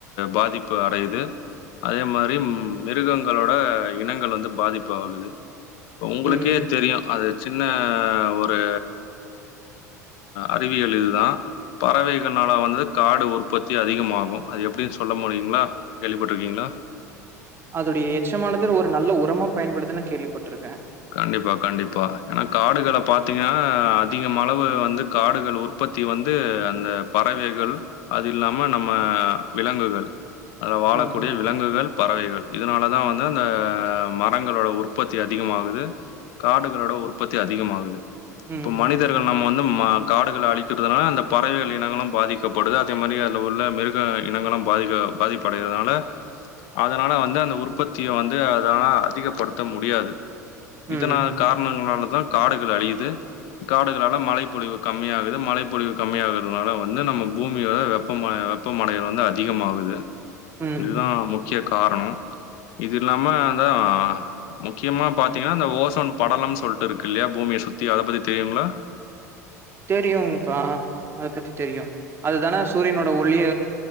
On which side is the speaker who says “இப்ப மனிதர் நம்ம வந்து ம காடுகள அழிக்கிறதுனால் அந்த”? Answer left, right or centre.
Left